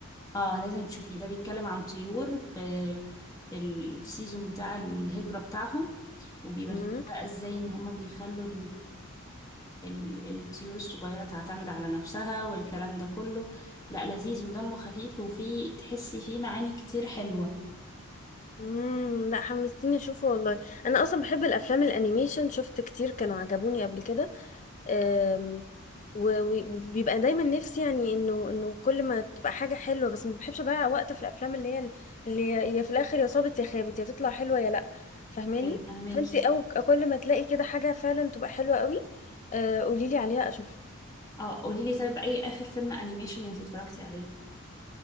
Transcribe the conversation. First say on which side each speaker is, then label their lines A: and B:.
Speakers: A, on the left (about 15°); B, on the left (about 35°).
A: اه لازم تشوفيه ده بيتكلم عن طيور في في السيزون بتاع الهجرة بتاعهم وبيوريك
B: مم.
A: بقى ازاي ان هما بيخلوا ال- الطيور الصغيرة تعتمد على نفسها والكلام ده كله لا لذيذ ودمه خفيف وفيه تحسي فيه معاني كتير حلوة
B: مم. لا حمستيني اشوفه والله انا اصلا بحب الافلام الانيميشن شفت كتير كانوا عجبوني قبل كده أم، و- و- وبيبقى دايما نفسي يعني انه انه كل ما تبقى حاجه حلوه بس ما بحبش اضيع وقت في الافلام اللي هي اللي هي هي في الاخر يا صابت يا خابت يا تطلع حلوه يا لا فاهماني
A: ايوه فهماكي
B: فانت او كل ما تلاقي كده حاجه فعلا تبقى حلوه قوي قولي لي عليها اشوفها
A: اه قولي لي طيب اي اخر فيلم انيميشن انتي اتفرجتي عليه